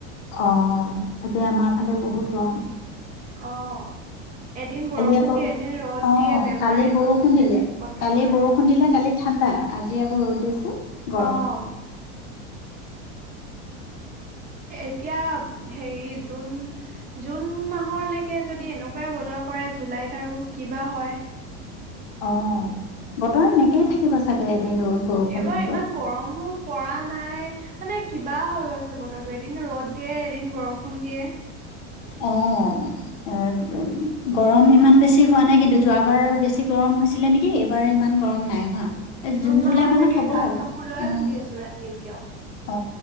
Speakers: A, on the left; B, on the right.
A: অ' তায়া আমাৰ ফালেও বহুত গম।
B: অহ', এদিন বৰষুণ
A: আকৌ
B: দিয়ে এদিন ৰ'দ
A: অ
B: দিয়ে বেমাৰে
A: কালি বৰষুণ
B: হৈ গৈছে
A: দিলে
B: বতৰ
A: কালি
B: কাৰণে।
A: বৰষুণ দিলে কালি ঠাণ্ডা আজি আকৌ ৰ'দ দিছে। গৰম
B: অ', এতিয়া হেৰি জুন-জুন মাহলৈকে যদি এনেকুৱাই বতৰ কৰে জুলাইত আৰু কিবা হয়।
A: অ' বতৰ এনেকেইে থাকিব চাগে। এদিন ৰ'দ বৰষুণ
B: এইবাৰ
A: এনেকে
B: ইমান গৰমো পৰা নাই মানে কিবা হৈ গৈছে বতৰটো এদিন ৰ'দ দিয়ে এদিন বৰষুণ দিয়ে।
A: অ' গৰম ইমান বেছি হোৱা নাই কিন্তু যোৱাবাৰ বেছি গৰম হৈছিলে নেকি? এইবাৰ ইমান গৰম নাই হোৱা।
B: জুন মাহৰলৈকে
A: জুলাই মাহত হ'ব
B: গাত
A: আৰু
B: কাপোৰ লৈ
A: উম
B: শুই আছো ৰাতি এতিয়াও।
A: অ